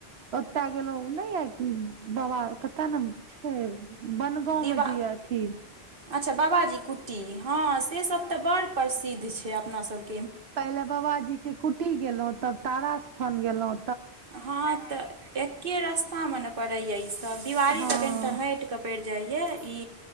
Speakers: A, on the right; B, on the right.
A: ओत्तऽ गेलउ नै याइ बाबा, कता नाम छै? बनगाँंव
B: दीवा
A: मे जे यऽ अथी।
B: अच्छा बाबाजी कुट्टी, हँ से सब त बड़ प्रसिद्ध छै अपना सब के।
A: पहिले बाबाजी के कुट्टी गेलौ तब तारा स्थान गेलौं।
B: हँ त एक्के रस्ता मे न पड़ैये इ सब दीवारी
A: हँ
B: तऽ कनि टा हैट कऽ पैड़ जाइये ई